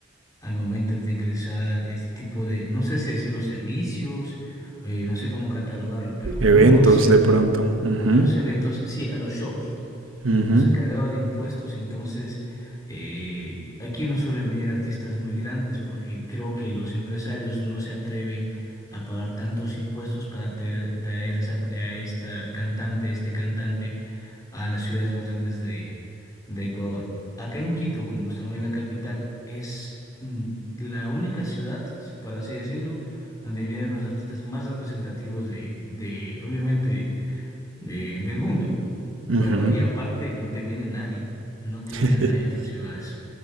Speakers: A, on the left; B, on the right.
A: al momento de ingresar este tipo de, no sé si decirlo, servicios, eh, no sé cómo catalogarlo, pero
B: Eventos
A: un concierto,
B: de pronto. Ujú,
A: a los eventos, sí, a los shows
B: ujú,
A: los ha cargado de impuestos, entonces eh, aquí no suelen venir artistas muy grandes porque creo que los empresarios no se atreven a pagar tantos impuestos para traer, traer esa- a esta cantante, este cantante a las ciudades más grandes de, de Ecuador. Acá en Quito, como estamos en la capital, es mm, la única ciudad, por así decirlo, donde vienen los artistas más representativos de, de obviamente, de- del mundo.
B: ujú.
A: Pero ahí aparte no te viene nadie, no te
B: <laughs>
A: llega nadie de otras ciudades.